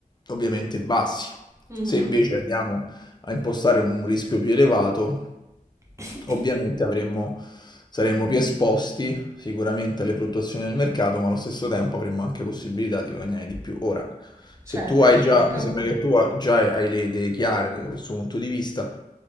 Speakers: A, on the left; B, on the right.
A: ovviamente bassi.
B: Mhm.
A: Se invece Mm. andiamo a impostare un rischio più elevato,
B: <laughs>
A: ovviamente
B: <coughs>
A: avremmo, saremmo più esposti sicuramente alle fluttuazioni del mercato, ma allo stesso tempo avremmo anche possibilità di guadagnare di più. Ora,
B: Certo,
A: se tu hai
B: certo.
A: già, mi sembra che tu ha- già hai le idee chiare da questo punto di vista,